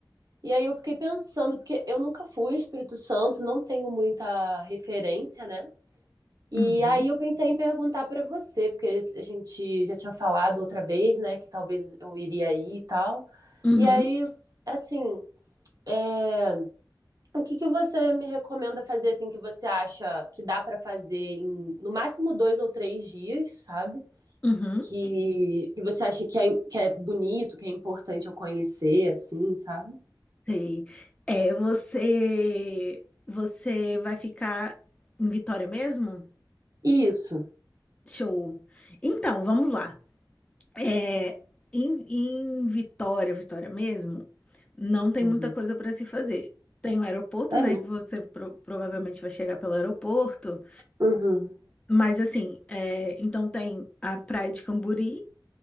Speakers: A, on the right; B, on the left.
A: E aí eu fiquei pensando, porque eu nunca fui ao Espírito Santo, não tenho muita referência, né? E
B: uhum,
A: aí eu pensei em perguntar pra você, porque a gente já tinha falado outra vez, né, que talvez eu iria aí e tal.
B: uhum,
A: E aí, assim, é. O que que você me recomenda fazer, assim, que você acha que dá pra fazer em, no máximo, dois ou três dias, sabe?
B: uhum.
A: Que, que você acha que é, que é bonito, que é importante eu conhecer, assim, sabe?
B: Sei. É, você você vai ficar em Vitória mesmo?
A: Isso.
B: Show. Então, vamos lá. É, em, em Vitória, Vitória mesmo, não tem
A: Uhum.
B: muita coisa para se fazer. Tem o aeroporto,
A: É,
B: né,
A: mu-
B: que você pro- provavelmente vai chegar pelo aeroporto,
A: uhum,
B: mas assim, é, então tem a Praia de Camburi,